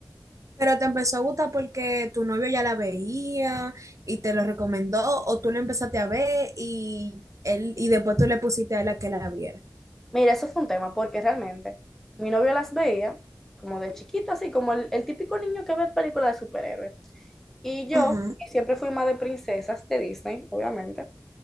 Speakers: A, on the right; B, in the centre.
A: Pero te empezó a gustar porque tu novio ya la veía y te lo recomendó, o tú la empezaste a ver y él, y después tú le pusiste a él a que la viera.
B: Mira, eso fue un tema, porque realmente mi novio las veía como de chiquito, así como el, el típico niño que ve películas de superhéroes. Y yo
A: Ajá,
B: que siempre fui más de princesas de Disney, obviamente.